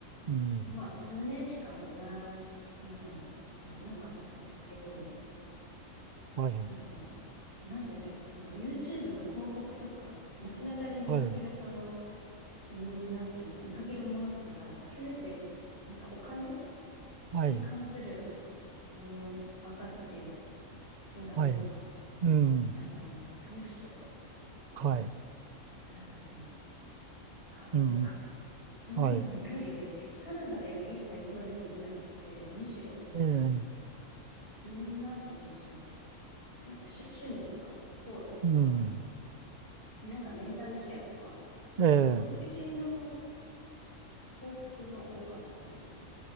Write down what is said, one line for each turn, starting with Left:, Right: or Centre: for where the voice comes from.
Right: うん、
Left: まあ、数年しかいな、カナダにはいなかったですけど、
Right: はい、
Left: うん、なんて言うんでしょう、その、YouTube の広告とか、街中で見かける、
Right: はい、
Left: その、うんなんて言うんでしょう、見かけるものとかが、すべて、なんかお金
Right: はい、
Left: に関するものばかりで、シンガポールは、
Right: はい、うん、
Left: あの、投資とか、
Right: はい、
Left: なんかその、株とか、
Right: うん、
Left: <laughs> そういうのばっかりで、
Right: はい、
Left: カナダでは一切そういうの見なくて、むしろ、
Right: ええ、
Left: んーなんて言うんでしょうね。なんか趣、趣味とか、スポーツとか、
Right: うん、
Left: なんかメンタルケアとか、
Right: ええ、
Left: そっち系の広告が多かったんですよ。